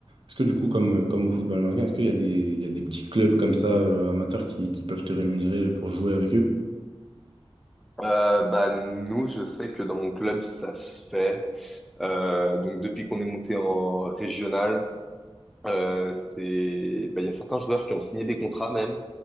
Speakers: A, on the right (about 55°); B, in the centre.
A: est-ce que du coup, comme, euh, comme au football américain, est-ce qu'il y a des, il y a des petits clubs comme ça euh, amateurs qui, qui peuvent te rémunérer pour jouer avec eux?
B: Euh, bah, nous, je sais que dans mon club, ça se fait. Euh, donc depuis qu'on est monté en régional, euh, c'est, bah, il y a certains joueurs qui ont signé des contrats même.